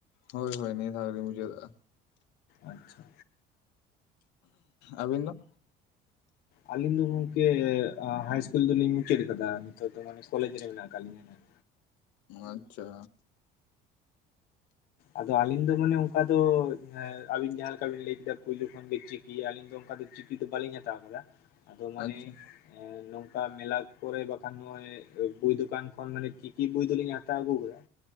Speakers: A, on the left; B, on the left.
A: ᱦᱳᱭ ᱦᱳᱭ ᱱᱤᱭᱟ. ᱫᱷᱟᱣ ᱜᱮ ᱢᱩᱪᱟ. ᱫᱚᱜ-ᱟ
B: ᱟᱪᱷᱟ
A: ᱟᱹᱵᱤᱱ ᱫᱚ
B: ᱟᱹᱞᱤᱧ ᱫᱚ ᱜᱚᱝᱠᱮ ᱦᱟᱭ ᱤᱥᱠᱩᱞ ᱫᱚᱞᱤᱧ ᱢᱩᱪᱟᱹᱫ ᱟᱠᱟᱫᱟ ᱱᱤᱛᱚᱜ ᱫᱚ ᱢᱟᱱᱮ ᱠᱚᱞᱮᱡᱽ ᱨᱮ ᱢᱮᱱᱟᱜ ᱟᱠᱟᱫ ᱞᱤᱧᱟ ᱦᱟᱜ
A: ᱟᱪᱷᱟ
B: ᱟᱫᱚ ᱟᱹᱞᱤᱧ ᱫᱚ ᱢᱟᱱᱮ ᱚᱱᱠᱟ ᱫᱚ ᱟᱵᱤᱱ ᱡᱟᱦᱟᱸ ᱞᱮᱠᱟ ᱵᱤᱱ ᱞᱟᱹᱭ ᱮᱫᱟ ᱯᱩᱭᱞᱳ ᱠᱷᱚᱱᱜ ᱪᱤᱠᱤ ᱟᱹᱞᱤᱧ ᱫᱚ ᱚᱱᱠᱟ ᱫᱚ ᱪᱤᱠᱤ ᱫᱚ ᱵᱟᱹᱞᱤᱧ ᱦᱟᱛᱟᱣ ᱟᱠᱟᱫᱟ ᱟᱫᱚ ᱢᱟᱱᱮ
A: ᱟᱪᱪᱷᱟ
B: ᱮ ᱱᱚᱝᱠᱟ ᱢᱮᱞᱟ ᱠᱚᱨᱮ ᱵᱟᱠᱷᱟᱱ ᱱᱚ ᱵᱳᱭ ᱫᱚᱠᱟᱱ ᱠᱷᱚᱱ ᱢᱟᱱᱮ ᱪᱤᱠᱤ ᱵᱳᱭ ᱫᱚᱞᱤᱧ ᱦᱟ ᱦᱟᱛᱟᱣ ᱟᱹᱜᱩ ᱠᱮᱫᱟ